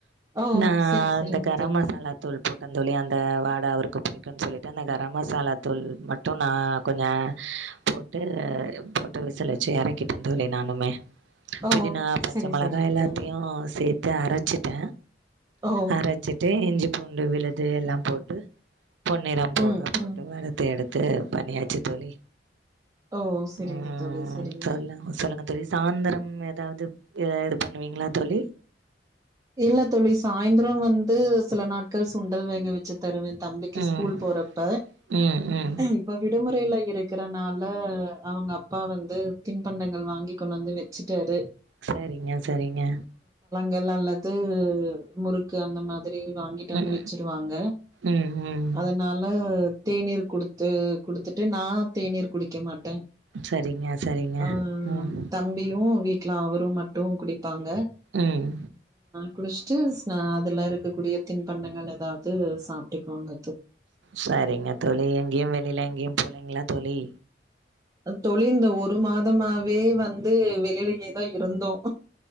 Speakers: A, on the right; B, on the right.
A: ஓ
B: நா
A: செரி செரிங்
B: இந்த கர
A: தோழி
B: மசாலா தூள் போட் தா தோழி அந்த வாட அவருக்கு புடிக்குனு சொல்லிட் டு அந்த கரமசாலா தூள் மட்டு நா கொஞ்ச அ போட்டு போட்டு விசில் வச்சு இறக்கிட்டே தோழி நானுமே
A: ஓ
B: புதினா பச்ச
A: செரி
B: மொளகா
A: செரிங்
B: எல்லாத்தையு
A: தோழி
B: சேத்து அரச்சிட்டே
A: ஓ
B: அரச்சிட்டு இஞ்சி பூண்டு விழுது எல்லாம் போட்டு பொண்ணு போகா
A: ம்
B: போட்டு
A: ம்
B: வரத்தி எடுத் து பண்ணியாச்சு தோழி
A: ஓ சரிங்க
B: ஆ
A: தோழி சரிங்க
B: சொல்லுங்க சொல்லுங்க தோழி சாயந்திரம் ஏதாவது இத ஆட் பண்ணுவீங்களா தோழி
A: இல்ல தோழி சாயந்தொரொ வந்து சில நாட்கள் சுண்டல் வேக வச்சத் தருவே தம்பிக்கு
B: ம்
A: ஸ்கூல் போறப்ப
B: ம் ம்
A: இப்ப விடுமு டுயில இருக்கறனால அவங்க அப்பா வந்து தின்பண்டங்கள் வாங்கி கொண்டாந்து வச்சிட்டாரு
B: சேரிங்க சேரிங்க.
A: யெல்லால்ல. உம் முறுக்கு அந்த மாதிரி. திரி வாங்கிட்டு வந்து
B: ம்
A: வச்சிருவாங்க
B: ம் ம்
A: அதனால. தேநீர் குடுத்து குடுத்துட்டு நான் தேநீர் குடிக்க மாட்டேன்.
B: சரிங்க சரிங்க
A: ட்ட ஆஹ
B: ம்
A: தம்பியும் வீட். டுல அவரும் மட்டும் குடி. பாங்க.
B: ம்
A: குடிச்சுட்டு அதுல இருக்கக்கூடிய தின்பண்ணங்கள் ஏதாவது சாப்பிட்டுக்குவாங்க.
B: சரிங்க தொழி எங்கேயும் வெளியில எங்கேயும். போள்ளைங்களா தொழி.
A: தொழில்ந்த ஒரு மாதமாவே வந்து. வெளியே தான் இருந்தோம்.